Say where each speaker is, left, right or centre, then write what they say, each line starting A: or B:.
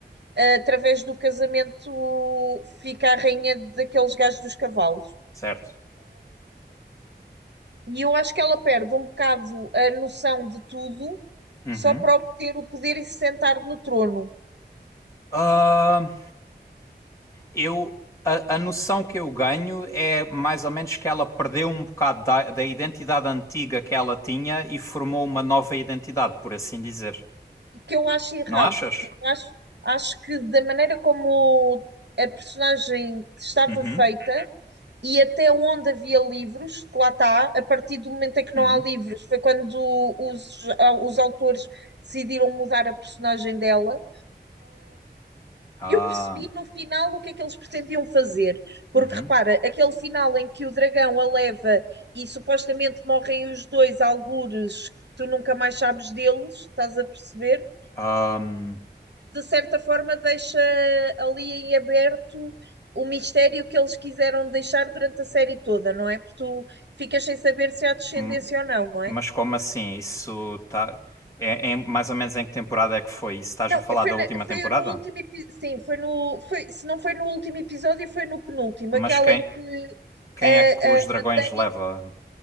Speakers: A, on the right; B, on the left.
A: eh, através do casamento, fica a rainha daqueles gajos dos cavalos.
B: certo.
A: E eu acho que ela perde um bocado a noção de tudo
B: Uhum.
A: só para obter o poder e se sentar no trono,
B: Ah, eu, a, a noção que eu ganho é mais ou menos que ela perdeu um bocado da, da identidade antiga que ela tinha e formou uma nova identidade, por assim dizer.
A: o que eu acho errado.
B: Não achas?
A: Tipo, acho, acho que da maneira como a personagem estava
B: Uhum,
A: feita e até onde havia livros, que lá está, a partir do momento em que
B: uhum.
A: não há livros, foi quando os, os autores decidiram mudar a personagem dela
B: Ah,
A: eu percebi no final o que é que eles pretendiam fazer, porque
B: uhum.
A: repara, aquele final em que o dragão a leva e supostamente morrem os dois algures, que tu nunca mais sabes deles, estás a perceber?
B: Ahm,
A: De certa forma, deixa ali em aberto o mistério que eles quiseram deixar durante a série toda, não é? Porque tu ficas sem saber se há descendência
B: m-
A: ou não, não
B: mas
A: é?
B: como assim? Isso tá. É, é mais ou menos em que temporada é que foi? Isso estás
A: Não,
B: a falar
A: é- foi,
B: da
A: na-
B: última
A: foi
B: temporada?
A: no último episódio. Sim, foi no. Foi, se não foi no último episódio, foi no penúltimo,
B: Mas
A: aquela
B: quem,
A: em que
B: quem
A: a,
B: é que os dragões
A: a Dani,
B: leva?